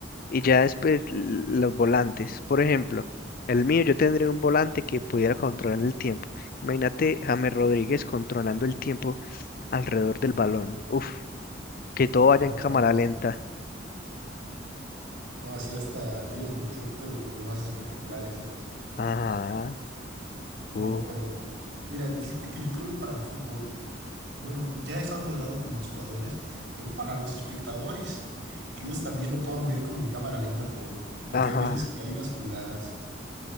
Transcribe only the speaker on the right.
No,
hombre,
no, pues,
no, así hasta tiros con efecto más espectaculares, ¿eh?
No,
pero mira, fíjate que yo creo que para el fútbol. Bueno, ya dejando de lado como los jugadores, pero para los espectadores, que ellos también lo puedan ver como en cámara lenta todo, porque
hay veces que hay unas jugadas.